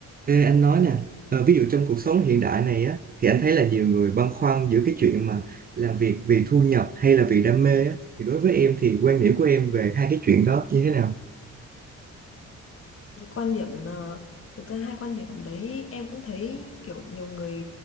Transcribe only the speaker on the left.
quan điểm ờ, thực ra hai quan điểm đấy em cũng thấy kiểu nhiều người